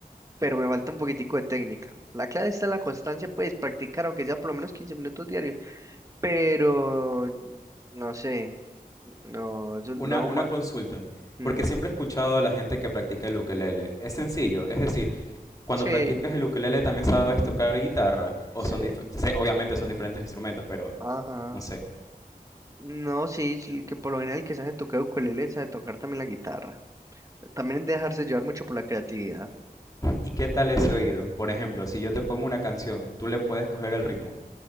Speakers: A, on the right; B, on the left.
A: pero me falta un poquitico de técnica. La clave está en la constancia, pues practicar, aunque sea por lo menos 15 minutos diarios pero no sé, no, eso lo
B: Una,
A: hago
B: una
A: más.
B: consulta,
A: mm,
B: porque siempre he escuchado a la gente que practica el ukelele. Es sencillo, es decir, Cuando
A: sí,
B: practicas el ukelele también sabes tocar guitarra o
A: sí,
B: son dif- sé- obviamente son diferentes instrumentos, pero
A: ajá.
B: no sé.
A: No, sí, es el que por lo general el que sabe tocar ukulele sabe tocar también la guitarra. También es dejarse llevar mucho por la creatividad.
B: ¿Y qué tal ese oído? Por ejemplo, si yo te pongo una canción, tú le puedes coger el ritmo.